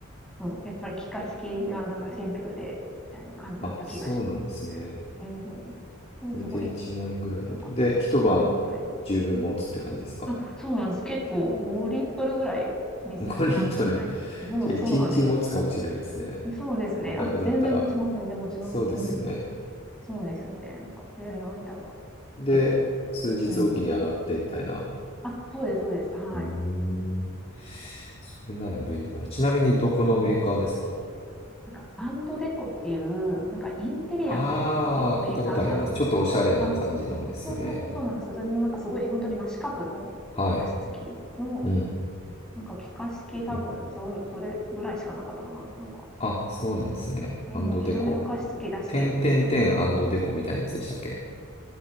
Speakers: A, in the centre; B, on the left.
A: そうやっぱり気化式がなんかシンプルで、みたいな感じだった気がします。
B: あ、そうなんですね。
A: うん。でもすごい
B: それで1万円ぐらいだと。
A: 良かったです。
B: で、一晩十分持つって感じですか。
A: 1万円ぐらい。あ、そうなんです。結構5リットルぐらい水タンク入って、
B: うん5リットル
A: そう、
B: じゃあ一日持つかもしれないですね。
A: そうなんです。そうですね。
B: 自宅だったら。
A: あ、全然持ちます。全然持ちます。
B: そうですよね。
A: うん。そうですね。なんか冬の間は
B: で、
A: 結構。
B: 数日おきに洗ってみたいな。
A: うん。あ、そうです、そうです。はい。
B: うーん。それなら便利だな。ちなみにどこのメーカーですか
A: うん。なんか、アンドデコっていう、なんかインテリアのメ、
B: ああー、
A: メーカーさん
B: 聞いたことあります。ちょっとおしゃれな感じのですよね。
A: あ、そうそうそうそうなんですよ。それのなんかすごい本当に真四角の加湿器の、
B: はい。うん。
A: なんか気化式多分、
B: お
A: そ、それぐらいしかなかったかな。なんか、
B: あ、そうなんですね。
A: うん、
B: アンドデコ。
A: いろいろ加湿器出してるんですけど、
B: てんてんてんアンドデコみたいなやつでしたっけ